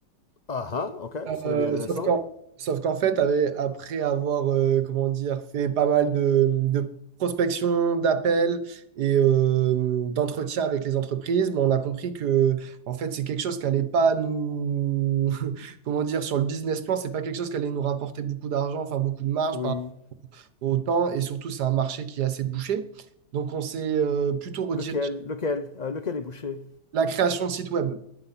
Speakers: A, on the left; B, on the right.
A: Ah ah, ok, ça
B: Euh,
A: devient intéressant.
B: sauf qu'en, sauf qu'en fait, avec- après avoir euh, comment dire, fait pas mal de, de prospection, d'appels et euh, d'entretiens avec les entreprises, ben, on a compris que en fait, c'est quelque chose qui n'allait pas nous, <laughs> comment dire, sur le business plan, c'est pas quelque chose qui allait nous rapporter beaucoup d'argent, enfin beaucoup de marge.
A: Oui.
B: Par autant. Et surtout, c'est un marché qui est assez bouché. Donc, on s'est euh, plutôt redirigé
A: Lequel?
B: sur
A: Lequel? Euh, lequel est bouché?
B: la création de sites web.